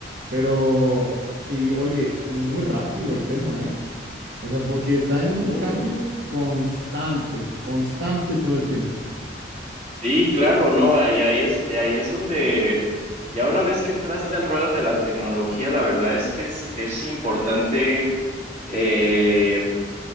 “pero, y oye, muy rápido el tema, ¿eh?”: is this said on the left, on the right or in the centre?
Right